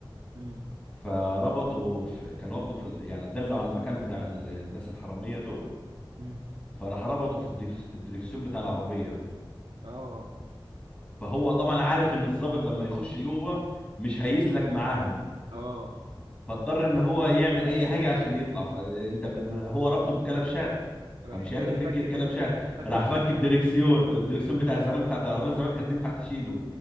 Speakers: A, on the right; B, on the left.
A: امم
B: فربطوا في كان واخده في ال- يعني دلوا على المكان بتاع ال- الناس الحرامية دول
A: امم
B: فراح ربطه في الديكس- الدريكسيون بتاع العربية
A: اه
B: فهو طبعا عارف إن الضابط لما يخش جوه مش هيسلك معاهم
A: اه
B: فاضطر ان هو يعمل اي حاجه عشان يطلع فانت ب... من- هو ربطه بالكلبشات
A: راح
B: فمش
A: جاي
B: عارف يفك
A: فكت
B: الكلبشات
A: فكت
B: راح
A: دريكسيون
B: فك الدركسيون الدركسيون بتاع زمان بتاع العربيه زمان كانت تنفع تشيله